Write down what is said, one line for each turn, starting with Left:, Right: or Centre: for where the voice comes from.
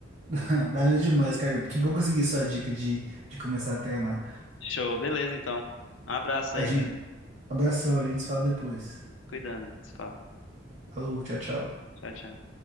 Right: <laughs> Valeu demais, cara. Que bom conseguir sua dica de, de começar a treinar.
Left: Show, beleza então. Um abraço
Right: A
Left: aí,
Right: gente,
Left: cara.
Right: abração, a gente se fala depois.
Left: Cuidando, a gente se fala.
Right: Falou, tchau, tchau.
Left: Tchau, tchau.